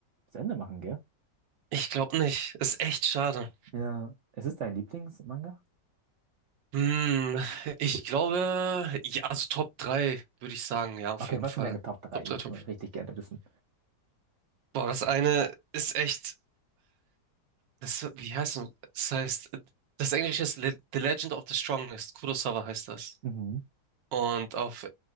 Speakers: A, on the right; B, on the right.
A: zu Ende machen, gell?
B: Ich glaube nicht. Ist echt schade.
A: Ja. Es ist dein Lieblingsmanga?
B: Hm, ich glaube, ja, also Top 3 würde ich sagen, ja, auf
A: Okay,
B: jeden
A: was
B: Fall.
A: sind deine Top drei?
B: Top 3,
A: würde
B: Top.
A: ich mal richtig gerne wissen.
B: Boah, das eine ist echt, das, wie heißt es? Das heißt, das Englische ist Le The Legend of the Strongest. Kurosawa heißt das.
A: Mhm.
B: Und auf